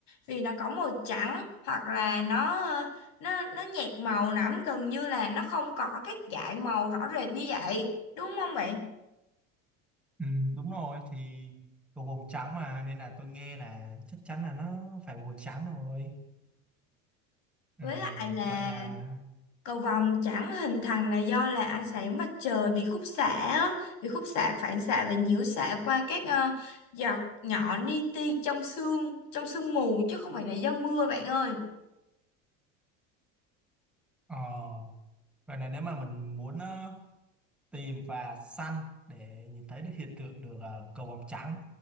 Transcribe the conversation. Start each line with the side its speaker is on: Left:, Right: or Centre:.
Left: Vì nó có màu trắng hoặc là nó ờ, nó nó nhạt màu lắm, gần như là nó không có các dải màu rõ rệt như vậy. Đúng không bạn?
Centre: ừ, đúng rồi thì cầu vồng trắng mà nên là tôi nghe là chắc chắn là nó phải màu trắng rồi ừ,
Left: Với lại là
Centre: vậy là
Left: Cầu vồng chẳng hình thành là do là ánh sáng mặt trời bị khúc xạ á, bị khúc xạ phản xạ và nhiễu xạ qua các ờ, giọt nhỏ li ti trong sương trong sương mù chứ không phải là do mưa bạn ơi
Centre: ờ, vậy là nếu mà mình muốn ờ, tìm và săn để nhìn thấy được hiện tượng được ờ, cầu vồng trắng